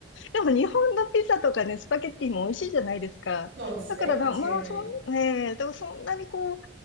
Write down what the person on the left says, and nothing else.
でも日本のピザとかね、スパゲッティも美味しいじゃないですか。
だからな、
まあそん、ねえ、でもそんなにこう、